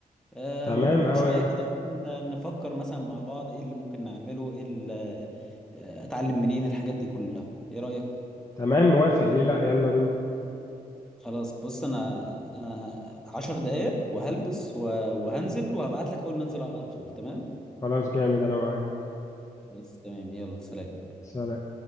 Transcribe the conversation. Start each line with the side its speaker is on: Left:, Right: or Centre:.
Centre: آه،
Left: تمام
Centre: ونقعد
Left: أوي
Centre: شوية
Left: أوي
Centre: كده ن- نفكر مثلا مع بعض ايه اللي ممكن نعمله ايه اللي آه، اتعلم منين الحاجات دي كلها ايه رأيك
Left: تمام موافق ليه لأ يلا بينا
Centre: خلاص بص انا انا عشر دقايق وهلبس و- وهنزل وهبعت لك اول ما انزل على طول تمام
Left: خلاص جامد أنا معاك
Centre: خلاص تمام يلا سلام
Left: سلام